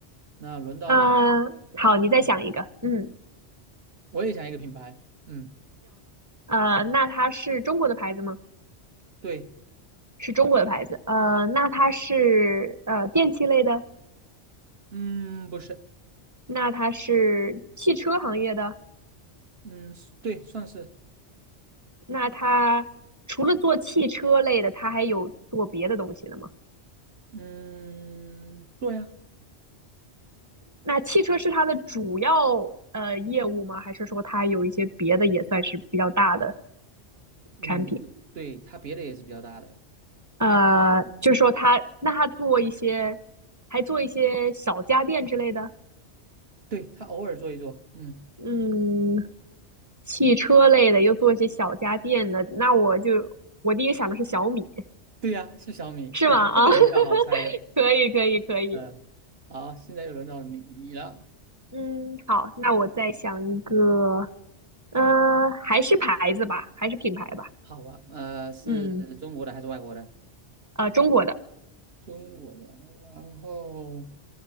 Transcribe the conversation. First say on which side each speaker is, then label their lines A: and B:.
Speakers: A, on the right (about 60°); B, on the right (about 15°).
A: 那轮到我
B: 呃，
A: 讲了，
B: 好，你再想一个，嗯，
A: 我也想一个品牌。嗯，
B: 呃，那它是中国的牌子吗？
A: 对，
B: 是中国的牌子，呃，那它是呃电器类的，
A: 嗯，不是，
B: 那它是汽车行业的，
A: 嗯，对，算是。
B: 那它除了做汽车类的，它还有做别的东西的吗？
A: 嗯，做呀，
B: 那汽车是它的主要呃业务吗？还是说它有一些别的也算是比较大的
A: 嗯，
B: 产品？
A: 对，对它别的也是比较大的，
B: 呃，就是说它那它做一些，还做一些小家电之类的，
A: 对，它偶尔做一做，嗯，
B: 嗯，汽车类的又做一些小家电的，那我就我第一个想的是小米，
A: 对呀，是小米，
B: 是吗？
A: <laughs>
B: 啊，
A: 这个比较好猜的，
B: <laughs> 可以可以可以，
A: 嗯，好，现在又轮到你了，
B: 嗯，好，那我再想一个，呃，还是牌子吧，还是品牌吧，
A: 好吧，呃，是中国的还是外国的？
B: 嗯，呃，中国的
A: 中国的，然后